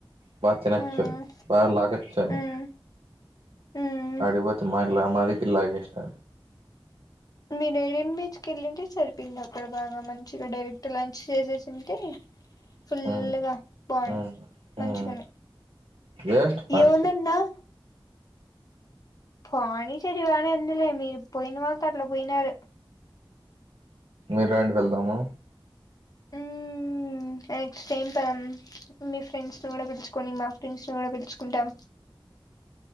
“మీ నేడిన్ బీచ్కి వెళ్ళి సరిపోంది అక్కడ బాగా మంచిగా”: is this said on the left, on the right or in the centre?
Left